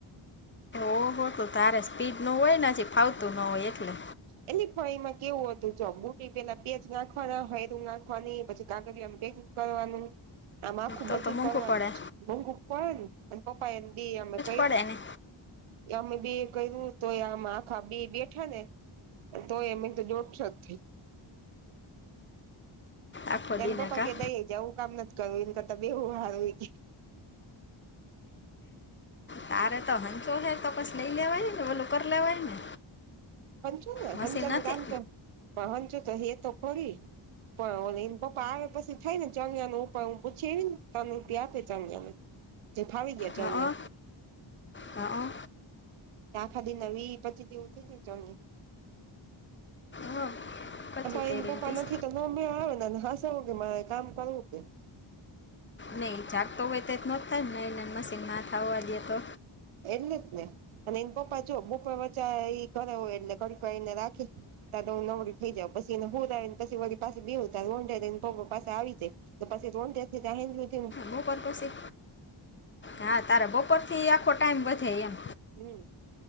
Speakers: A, on the left; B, on the right.
A: ઓવો તું તારે સ્પીડ નું હોયને પછ ફાવતું ન હોય એટલે
B: એટલે પણ એમાં કેવું હતું જો બુટી પેલા પેજ નાખવાના હોયું નાખવાની પછી કાગળમ ભે કરવાનું. આમ આખું
A: તો
B: બધું
A: તો મોંઘું
B: કરવાનું
A: પડે
B: છે મમુ પે ને પપ્પા એને દ અમે ક
A: ડને
B: અમે બે કર્યું તો આમ આખા બે બેઠા ને તોય એમે તો જોડશો જ.
A: આખો
B: એને
A: દિને
B: પપા
A: કા
B: ક કે દઈ જાયવ કામ નથી. કરુંને તો તમેવું હારું કે
A: તારે તો હંસો હેર તોકસ લઈ લેવાય ને બોલો કર લેવાય ને
B: હંચો ને
A: મશીન
B: હંચન
A: નથી
B: કામ તો પણ હંચુ તો હે તો ખોડી. પણ ઓ એને પપ્પા આવે પછી થાય ને ચણ્યાનું ઉપ હું પૂછીને તન રપ આપે ચણ્યા ને જે ફાવી ગયા.
A: હા હા
B: આખાદી ના વી પચી જેવું થઈ જાય. ચમ.
A: હા પછી
B: ભાઈ
A: કરી
B: એને પપા
A: દીસ
B: નથી તોમે આવે ને હસવું કે મારે કામ કરવું કે
A: નહી જડ તો હોય તો જ ન થાય ને મશીન ના થવા દેએ તો
B: એટલે જ ને અને એને પપ્પા જો બપા વચ્ચા એ કરે હોય એટલે કડકા એને રાખી. ત નકળી થઈ જાવ પછી એને હું આવેને પછી વ પાછ બે હું તંને પપ પાસે આવી જાય. તો પછી રો
A: બપોર કશી હા તારેા બપોર થી આખો ટાઈમ વધે એમ.
B: હમ